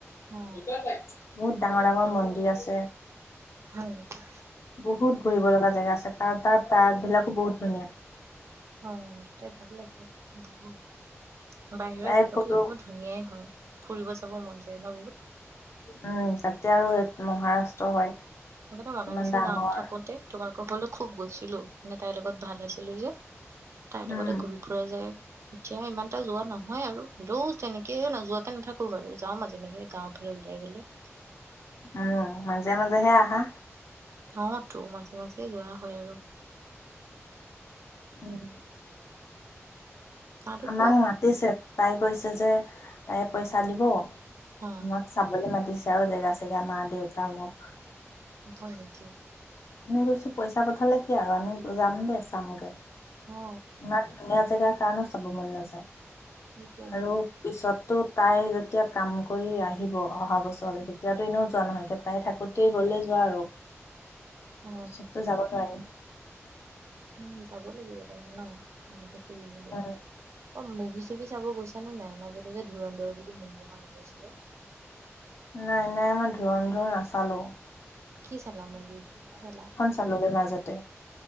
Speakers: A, on the right (about 70°); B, on the left (about 65°).
A: অ
B: বহুত ডাঙৰ ডাঙৰ মন্দিৰ আছে।
A: হয় নেকি
B: বহুত ঘুৰিব লগা জেগা আছে কাৰ তাৰ পাৰ্ক বিলাকো বহুত ধুনীয়া।
A: আহ দুটাই ভাল লাগে। বাহিৰৰ
B: তাই
A: জেগাবোৰ
B: ফটো
A: এনেও ধুনীয়াই হয়। ফুৰিব চাব মন যায় ন বহুত
B: উম তাতে আৰু মহাৰাষ্ট্ৰ হয়।
A: <unintelligible> মনালিছে
B: কিমান ডাঙৰ
A: যাওঁ থাকোতে তোমালোকৰ ঘলো খুব গৈছিলো মানে তাইৰ লগত ভাল আছিলো যে। তাইৰ
B: উম
A: লগতে ঘূৰি ফুৰা যায়। এতিয়া ইমান এটা যোৱা নহয় আৰু। হ'লেও তেনেকে নোযোৱাকে নাথাকো বাৰু যাওঁ মাজে মাজে গাওঁত ফালে ওলাই গ'লে
B: উম মাজে মাজে হে আহা।
A: অ', তটো মাজে মাজে যোৱা হয় আৰু
B: উম।
A: আৰু
B: আমাং
A: কোৱা
B: মতিছে তাই কৈছে যে তাই পইচা দিব
A: অ
B: তোমাক চাবলৈ মাতিছে আৰু জেগা চেগা মা দেউত টামক
A: হয় নেকি।
B: আমি গৈছো পইচা পঠালে কি আৰু আমি যাম দেই চামগৈ।
A: অ
B: ইমান ধুনীয়া জেগা কাৰনো চাব মন নাযায়।
A: সেইটোৱেইটো
B: আৰু পিছত তু তাই যেতিয়া কাম কৰি আহিব অহা বছৰলৈ তেতিয়াতো এনেও যোৱা নহয় এতিয়া তাই থাকোতেই গ'লে যোৱা আৰু।
A: অ
B: পিছততো যাব নোৱাৰিম।
A: উম যাব লাগিব তেনে ন ভালকে ফুৰিবলে
B: উম
A: অ', মুভি চুভি চাব গৈছ নে নাই মাজতে যে ধুৰন্ধৰ বুলি মুভি এখন উলিয়াইছিলে।
B: নাই নাই আমই ধুৰন্ধৰ নাচালোঁ
A: কি চালা মুভি কি কি চালা
B: চালোগে মাজতে